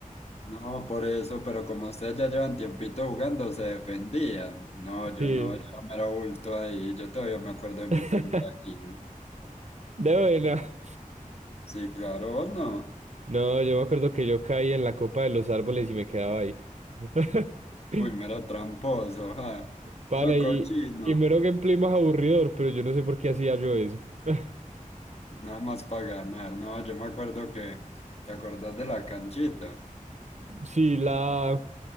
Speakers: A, on the left; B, on the right.
A: No, por eso, pero como ustedes ya llevan tiempito jugando, se defendían. No, yo
B: Sí.
A: no, yo era mero bulto ahí. Yo todavía me acuerdo de mi
B: <laughs>
A: primera kill.
B: De buena.
A: Sí, claro, ¿o no.
B: No, yo me acuerdo que yo caí en la copa de los árboles y me quedaba ahí. <laughs>
A: Uy, mero tramposo, ja.
B: Para,
A: Mero
B: y,
A: cochino.
B: y mero gameplay más aburridor, pero yo no sé por qué hacía yo eso. <laughs>
A: Nada más para ganar. No, yo me acuerdo que. ¿Te acordás de la canchita?
B: Sí, la,